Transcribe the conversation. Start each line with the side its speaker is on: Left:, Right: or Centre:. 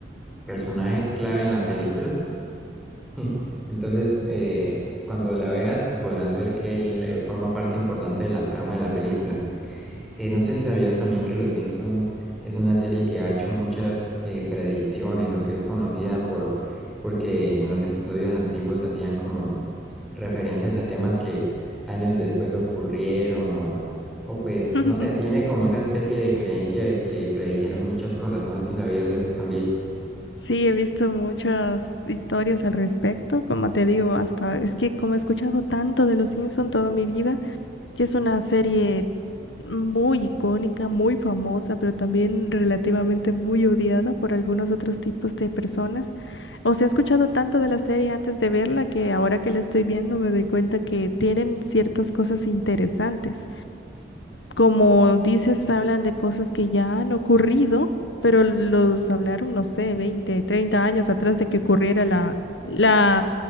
Centre: personajes clave en la película. <laughs> Entonces, eh, cuando la veas, podrás ver que él eh, forma parte importante de la trama de la película. Eh, no sé si sabías también que Los Simpsons es una serie que ha hecho muchas eh, predicciones o que es conocida por porque en los episodios antiguos hacían como referencias a temas que años después ocurrieron o, o pues
Left: <laughs>
Centre: no sé, tiene como esa especie de creencia de que predijeron muchas cosas. No sé si sabías eso también.
Left: Sí, he visto muchas historias al respecto, como te digo, hasta es que como he escuchado tanto de Los Simpson toda mi vida, que es una serie muy icónica, muy famosa, pero también relativamente muy odiada por algunos otros tipos de personas. O sea, he escuchado tanto de la serie antes de verla que ahora que la estoy viendo me doy cuenta que tienen ciertas cosas interesantes como dices, hablan de cosas que ya han ocurrido, pero los hablaron, no sé, 20, 30 años atrás de que ocurriera la, la